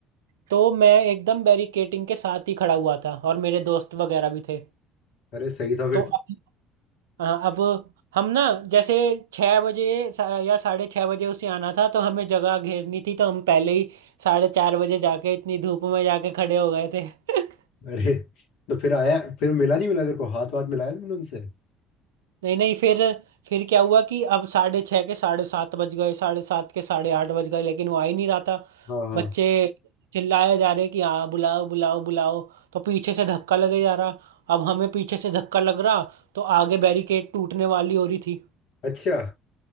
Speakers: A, on the right; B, on the left.
A: तो मैं एकदम बैरिकेटिंग के साथ ही खड़ा हुआ था और मेरे दोस्त वगैरह भी थे
B: अरे सही था फिर
A: तो अब
B: तो।
A: हाँ, अब हम ना जैसे छः बजे सा- या साढ़े छः बजे उसे आना था तो हमें जगह घेरनी थी तो हम पहले ही साढ़े चार बजे जाके इतनी धूप में जाके खड़े हो गए थे <laughs>
B: अरे तो फिर आया फिर मिला नहीं मिला तेरे को हाथ वाथ मिलाया तुमने उनसे
A: नहीं नहीं फिर फिर क्या हुआ कि अब साढ़े छः के साढ़े सात बज गए साढ़े सात के साढ़े आठ बज गए लेकिन वो आ ही नहीं रहा था
B: हाँ हाँ
A: बच्चे चिल्लाए जा रहे कि हाँ बुलाओ बुलाओ बुलाओ तो पीछे से धक्का लगे जा रहा अब हमें पीछे से धक्का लग रहा तो आगे बैरिकेड टूटने वाली हो रही थी
B: अच्छा